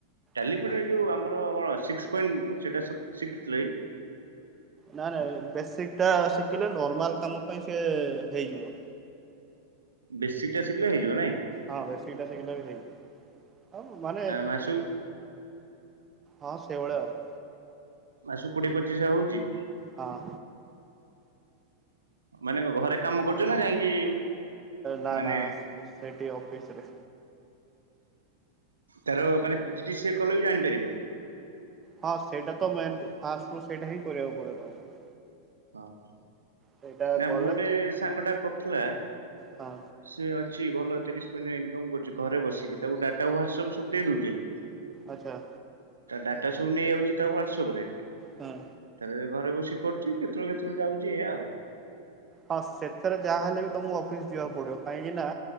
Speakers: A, on the right; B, on the right.
A: ଟାଲିପଟେ
B: ଆଉ।
A: ଯୋଉ ଆମର କଣ ସିକ୍ସ ପଏଣ୍ଟ ସେଟା ଶିଖିଥିଲ କି?
B: ନାଇଁ ନାଇଁ ବେସିକ ଟା ଶିଖିଲେ ନର୍ମାଲ କାମ ପାଇଁ ସେ ହେଇଯିବ।
A: ବେଶିକଟା ଶିଖିଲେ ହେଇଯିବ ନାଇଁ?
B: ହଁ ବେଶିକଟା ସିଖିଲେ ବି ହେଇଯିବ। ଆଉ ମାନେ
A: ମାସକୁ
B: ହଁ ସେ ଭଳିଆ ଆଉ।
A: ମାସକୁ କୋଡିଏ ପଚିଶ ହଜାର ହଉଛି?
B: ହଁ।
A: ମାନେ କ ଘରେ କାମ କରୁଛ ନା ଯାଇକି
B: ନା
A: ମାନେ
B: ନା ସେଇଟି ଅଫିସ ରେ।
A: ତାର ମାନେ ପିଜିଡିସିଏ କଲେ ବି ଜାଣିପାରିବ?
B: ହଁ, ସେଇଟା ତ ମେନ୍ ଫାଷ୍ଟରୁ ସେଇଟା ହିଁ କରିବାକୁ ପଡ଼ିବ ତମକୁ।
A: ଓହୋ,
B: ସେଇଟା
A: ନା
B: କଲେ
A: ମୁଁ ଗୋଟେ ସାଙ୍ଗ ଟା କରୁଥିଲା।
B: ହଁ
A: ସେ ଅଛି ଭଲ ତିରିଶି ପଇଁତିରିଶି ଇନକମ କରୁଛି ଘରେ ବସିକି ତାକୁ ଡାଟା ହ୍ୱାଟ୍ସଆପ୍ ସବୁ ଦେଇ ଦଉଛନ୍ତି।
B: ଆଚ୍ଛା।
A: ତା ଡାଟା ସବୁ ନେଇଯାଉଛି ତା ହ୍ଵାଟସପ ରେ
B: ହଁ।
A: ତାର ଘରେ ବସିକି କରୁଛି। କେତେବେଳେ କେତେବେଳେ ଯାଉଛି ଏଇଆ ଆଉ।
B: ହଁ ସେଥିରେ ଯାହାହେଲେ ବି ତୁମକୁ ଅଫିସ ଯିବାକୁ ପଡିବ। କାହିଁକି ନା